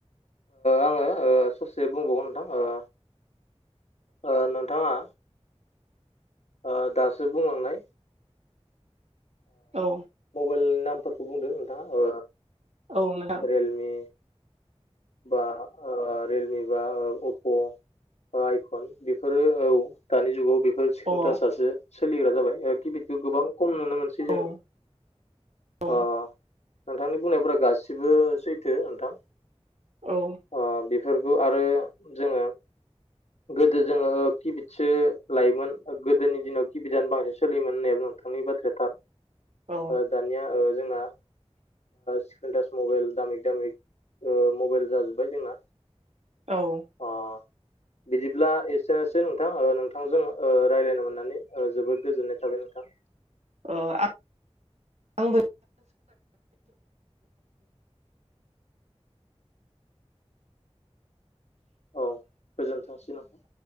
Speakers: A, on the left (about 75°); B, on the right (about 75°).
A: आङो ससे बुंबावगोन नोंथां ओ नोंथाङा ओ दासो बुंलांनाय
B: औ
A: नि नामफोरखौ बुंदों नोंथाङा
B: औ नोंथां
A: रियेलमि बा रियेलमि बा अप्प' आइफन बेफोरो औ दानि जुगाव बे स्क्रिन टाच खन्था
B: अ
A: सासे सोलिग्रा जाबायिबिखौ गोबां खम नुनो सै जों
B: औ औ
A: ओ नोंथांनि बुंनायफोरा गासिबो सैथो नोंथां।
B: औ
A: ओ बेफोरखौ आरो जोङो गोदो जोङो किफिदसो लायोमोन गोदोनि दिनाव किफिदआनो बांसिन सोलियोमोन होनना नोंथांनि बाथ्राया थार
B: औ
A: दानिया जोंना स्क्रिन टाच मबाइल दामिक दामिक मबाइल जाजोब्बाय जोंना।
B: औ
A: अ बिदिब्ला एसेनोसै नोंथां नोंथांजों रायज्लायनो मोननानै जोबोद गोजोननाय थाबाय। नोंथां।
B: ओ आं <unintelligible>
A: औ गोजोनथोंसै नोंथां।